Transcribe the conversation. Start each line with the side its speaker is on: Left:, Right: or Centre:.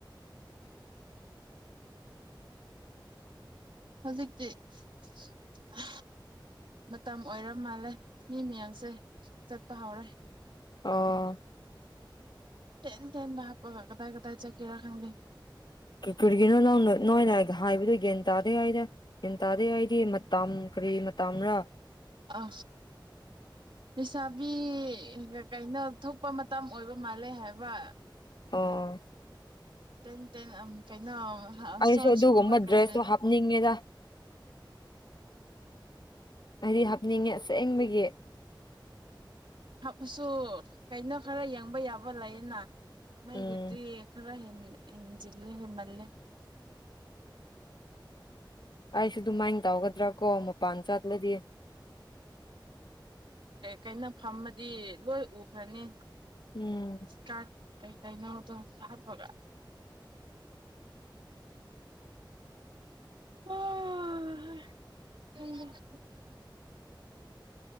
Right: ꯍꯧꯖꯤꯛꯇꯛꯇ ꯃꯇꯝ ꯑꯣꯏꯔ ꯃꯥꯜꯂꯦ ꯃꯤ ꯃꯌꯥꯝꯁꯦ ꯆꯠꯄ ꯍꯧꯥꯎꯔꯦ
Left: ꯑꯣ
Right: ꯇꯦꯟ ꯇꯦꯟ ꯄ ꯀꯗꯥꯏ ꯀꯗꯥꯥꯏ ꯆ ꯀꯔ ꯈꯪꯗ
Left: ꯀ ꯈꯨꯔꯒꯤꯅꯣꯅ ꯅ ꯌꯥꯑꯒ ꯍꯥꯏꯕꯗꯨꯣ ꯒ꯭ꯌꯥꯟ ꯇꯥꯗꯦ ꯍꯥꯏꯗ ꯒ꯭ꯌꯥꯟ ꯇꯥꯗꯦ ꯍꯥꯏꯗꯤ ꯃꯇꯝ ꯀꯔꯤ ꯃꯇꯥꯝꯔꯥ
Right: ꯑ ꯂꯩꯁꯥꯕꯤ ꯀꯩꯅꯣ ꯊꯣꯛꯄ ꯃꯇꯝ ꯑꯣꯏꯕ ꯃꯥꯜꯂꯦ ꯍꯥꯏꯕ
Left: ꯑꯣꯥ
Right: ꯇꯦꯟ ꯇꯅ ꯀꯩꯅꯩꯅ ꯍ
Left: ꯑꯩꯁꯨ
Right: ꯁꯣꯠꯁ
Left: ꯑꯗꯨꯒꯨꯝꯕ
Right: ꯀꯨꯝꯕ ꯀꯥꯏ
Left: ꯗ꯭ꯔꯦꯁꯇꯣ
Right: ꯀꯥꯏꯦ
Left: ꯍꯥꯞꯅꯤꯡꯉꯦꯗ ꯍꯥꯏꯗꯤ ꯍꯥꯞꯅꯤꯡꯉꯦꯁꯛꯅꯤꯡꯕꯒꯤ
Right: ꯍꯥꯞꯁꯨ ꯀꯩꯅꯣ ꯈꯔ ꯌꯦꯡꯕ ꯌꯥꯕ ꯂꯩꯌꯦꯅ ꯃꯩꯒꯗꯦ
Left: ꯎꯝ
Right: ꯈꯔ ꯍꯦꯅꯤ ꯖꯜꯂꯦ ꯍꯃꯜꯦ
Left: ꯍꯥꯏꯥꯏꯁꯨ ꯑꯗꯨꯥꯏ ꯧꯒꯗ꯭ꯔꯥ ꯀꯣ ꯃ ꯄꯥꯟ ꯆꯠꯂꯗꯤ
Right: ꯀꯩꯅ ꯐꯝꯃꯗꯤ ꯂꯣꯏ ꯎꯈ꯭ꯔꯅꯤ
Left: ꯎꯝ
Right: ꯁꯇꯥꯥ ꯀꯩ ꯀꯩ ꯅ ꯇ ꯍꯥꯞ ꯐꯕ ꯑꯣ